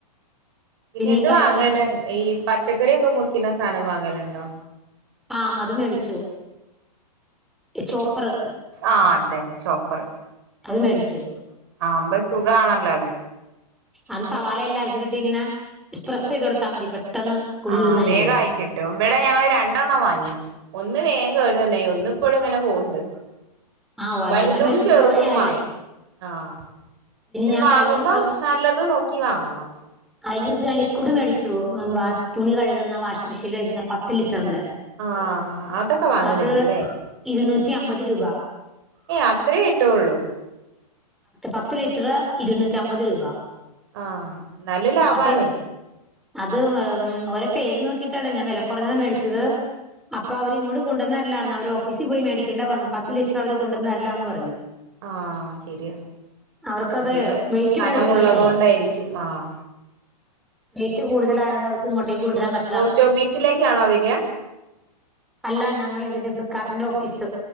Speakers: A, on the right; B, in the centre.
A: പിന്നെ ഇത്
B: ഈ കഴിഞ്ഞ
A: വാങ്ങല് ഈ പച്ചക്കറി ഒക്കെ മുറിക്കുന്ന സാധനം വാങ്ങലുണ്ടോ?
B: ആഹ് അതും മേടിച്ചു ചോപ്പറ്.
A: ആഹ് അതന്നെ ചോപ്പറ്.
B: അത് മേടിച്ചു.
A: ആമ്പം സുഖാണല്ലോ അത്
B: അത് സവാള എല്ലാം അരിഞ്ഞിട്ടിട്ട് ഇങ്ങനെ പ്രസ് ചെയ്ത് കൊടുത്താൽ മതി പെട്ടെന്ന് കുരുകുരുന്നായി
A: ആഹ് വേഗം
B: വരും
A: ആയി കിട്ടും. ഇവിടെ ഞങ്ങള് രണ്ടെണ്ണം വാങ്ങി. ഒന്ന് വേഗം കേടുവന്നേ. ഒന്ന് ഇപ്പോഴും ഇങ്ങനെ പോകണ്ട്
B: ആ ഓ
A: വലുതും
B: ഞങ്ങൾ മേടിച്ചിട്ട്
A: ചെറുതും
B: കൊറേ ആയി
A: വാങ്ങി ആഹ് പിന്നെ
B: ഞാൻ
A: വാങ്ങുമ്പോ
B: കഴിഞ്ഞ ദിവസം
A: നല്ലത് നോക്കി വാങ്ങണം.
B: കഴിഞ്ഞദിവസം
A: അല്ലെ
B: ഞാൻ ലിക്വിഡു മേടിച്ചു തുണി കഴുകുന്ന വാഷിംഗ് മെഷീനിൽ ഒഴിക്കുന്ന പത്ത് ലിറ്ററിന്റെ
A: ആഹ് അതൊക്കെ വാങ്ങലുണ്ട്ല്ലേ?
B: അത് ഇരുന്നൂറ്റി അമ്പത് രൂപ.
A: ഏയ് അത്രയേ ആയിട്ടുള്ളു.
B: പത്ത് ലിറ്റർ ഇരുന്നൂറ്റി അമ്പത് രൂപ
A: ആഹ് നല്ല ലാഭാണ്
B: അപ്പൊ അത് മ് ഓരോ പേര് നോക്കിട്ടാണ് ഞാൻ വില കുറഞ്ഞത് മേടിച്ചത് അപ്പൊ അവരിങ്ങോട്ട് കൊണ്ടുവന്നരല്ലാണ് അവര് ഓഫീസി പോയിമേടിക്കേണ്ട വന്ന് പത്ത് ലിറ്റർ അവർ കൊണ്ടുവന്നരില്ലന്ന് പറഞ്ഞു
A: ആഹ് ശെരിയാ
B: അവർക്കത്
A: അധികം
B: വെയിറ്റ്
A: കനമുള്ളത്
B: കൂടുതലല്ലേ
A: കൊണ്ടായിരിക്കും ആഹ്
B: വെയിറ്റ് കൂടുതലായൊണ്ട് അവർക്കീങ്ങോട്ടക്ക് കൊണ്ടുവരാൻ പറ്റ്
A: പോസ്റ്റ് ഓഫീസിലേക്കാണോ വരിക?
B: അല്ല ഞങ്ങൾ ഇതിന്റെ ഫ്ലിപ്കാർട്ടിന്റെ ഓഫീസ്.